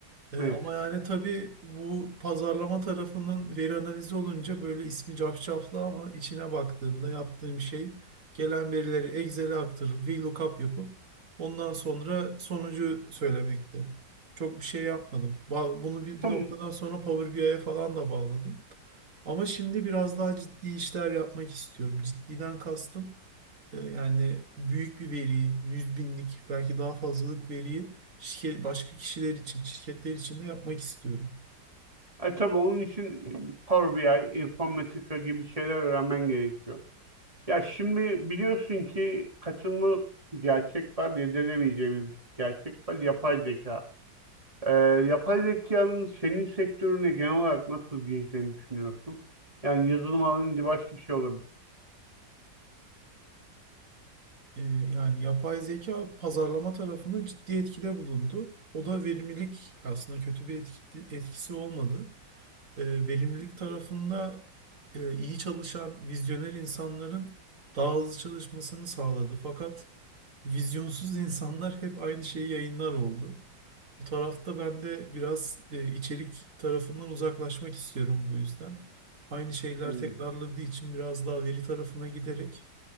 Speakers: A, on the right; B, on the right.
A: Ee,
B: Evet.
A: ama yani tabii bu pazarlama tarafının veri analizi olunca böyle ismi cafcaflı ama içine baktığında yaptığım şey gelen verileri Excel'e aktarıp VLOOKUP yapıp ondan sonra sonucu söylemekti. Çok bir şey yapmadım. Ba- Bunu bir, bir
B: Tamam.
A: noktadan sonra Power BI'ye falan da bağladım. Ama şimdi biraz daha ciddi işler yapmak istiyorum. Ciddiden kastım. E, Yani büyük bir veriyi, yüz binlik belki daha fazlalık veriyi şirket, başka kişiler için, şirketler için de yapmak istiyorum.
B: E tabii onun için Power BI, Informatica gibi şeyler öğrenmen gerekiyor. Ya şimdi biliyorsun ki kaçınılmaz bir gerçek var, yedilemeyeceğimiz bir gerçek var. Yapay zeka. Ee, yapay zekanın senin sektörüne genel olarak nasıl gireceğini düşünüyorsun? Yani yazılım alanında başka bir şey olabilir.
A: E, Yani yapay zeka pazarlama tarafında ciddi etkide bulundu. O da verimlilik aslında kötü bir etki- etkisi olmadı. E, Verimlilik tarafında e, iyi çalışan vizyoner insanların daha hızlı çalışmasını sağladı. Fakat vizyonsuz insanlar hep aynı şeyi yayınlar oldu. O tarafta ben de biraz e, içerik tarafından uzaklaşmak istiyorum bu yüzden. Aynı şeyler
B: Hmm.
A: tekrarladığı için biraz daha veri tarafına giderek